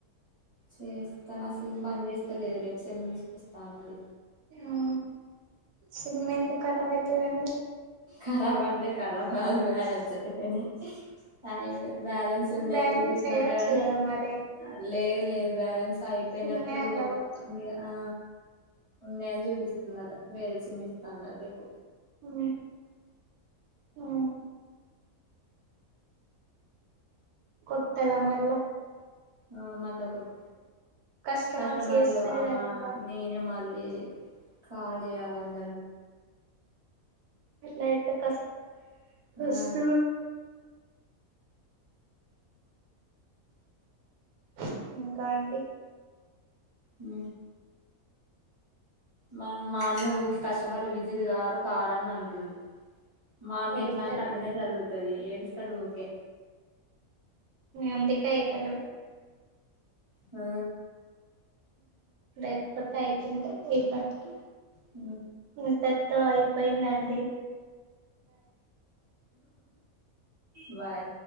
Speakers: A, on the right; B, on the right.
A: చేస్తాను సిమ్ పని చేస్తా లేదు రేపు చెమ్ తీసుకొస్తా అన్నది
B: ఆ సిమ్మె ఎందు కఖరాబ్ అవుతుందిందు
A: కరబ్ అంటే కరాబ్ అ బ్యాలెన్స్ అయిపోయినా అ బ్యాలెన్స్ ఉన్నాయని
B: బ్యాలెన్స్
A: చూపిస్తున్నాంట
B: ఎయ్యొచ్చు
A: గానీ
B: కదా మరి
A: అ లేదు లేదు బ్యాలెన్స్ అయిపోయినట్టు
B: సిమ్మే అట్లా పోవచ్చు
A: ఆ ఉంది అని చూపిస్తున్నట వేరే చినిపిస్తాన్నారు రేపు
B: ఉ ఆ కొత్తగా మల్ళ
A: ఆ మళ్ళా కొద్
B: కస్టమర్స్
A: కష్ట మర్లు
B: చేస్తారు
A: ఆ
B: కదండి పాత
A: నేనే మళ్ అే కాళ అాలండ
B: అలాయితే కష్ట కష్ట
A: ఆ
B: ఇంకా అంటంటి
A: అ మ మాన్న కస్టమర్లు విజిత్ గారు కారని అంటుండు మార్న్న
B: అయితారు
A: ఎట్లా అంటే అలానే జరుగుతుది ఏడుస్తాడు ఊరికే
B: ఎంతకాయదల
A: హ
B: ేపోతే అయితుడి ఈ పటికి
A: ఉ
B: ఇంతతోయి పోయిందండి
A: బాయ్